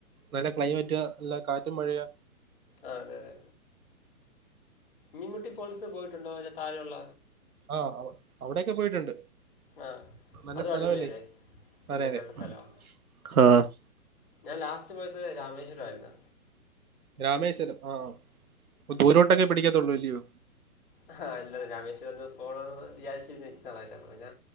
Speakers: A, on the right; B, on the left.
A: നല്ല ക്ലൈമറ്റ് അ നല്ല കാറ്റും മഴയുവാ
B: ആഹ് അതെ അതെ മീൻമുട്ടി ഫോൾസ് പോയിട്ടുണ്ടോ അതി ന്റെ താഴെ ഉള്ള
A: ആഹ് അവിടെക്കെ പോയിട്ടുണ്ട്
B: ആ
A: നല്ല
B: അതും
A: സ്ഥലവല്ലേ
B: അടിപൊളിയല്ലേ
A: പറയതെ
B: പിന്നെ നല്ല സ്ഥലമാണ്
A: ഉം കാർ -
B: ഞാൻ ലാസ്റ്റ് പോയത് രാമേശ്വരംമായിരുന്നു
A: രാമേശ്വരം ആഹ് ആഹ് പ്പൊ ദൂരോട്ടൊക്കെ പിടിക്കത്തുള്ളൂ അല്ലയോ
B: ആഹ് അല്ലത് രാമേശ്വരത്ത് ന്ന് പോണോന്ന് വിചാരിചിരിന്ന് ഇച്ചിരി നാളായിട്ട് അപ്പ പിന്നെ